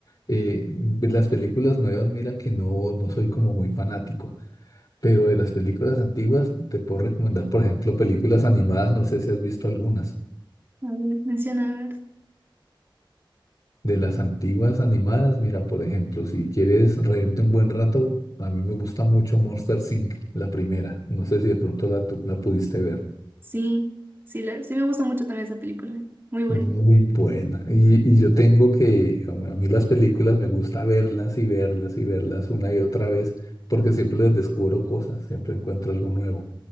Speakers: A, on the left (about 55°); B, on the right (about 25°).
A: Eh, de las películas nuevas, mira que no, no soy como muy fanático. Pero de las películas antiguas te puedo recomendar, por ejemplo, películas animadas, no sé si has visto algunas.
B: A ver, menciona, a ver.
A: De las antiguas animadas, mira, por ejemplo, si quieres reírte un buen rato, a mí me gusta mucho Monster Inc., la primera. No sé si de pronto la, tú la pudiste ver.
B: Sí, sí, la- sí me gusta mucho también esa película. Muy buena.
A: Es Muy buena. Y, y yo tengo que, a a mí las películas me gusta verlas y verlas y verlas una y otra vez, porque siempre les descubro cosas, siempre encuentro algo nuevo.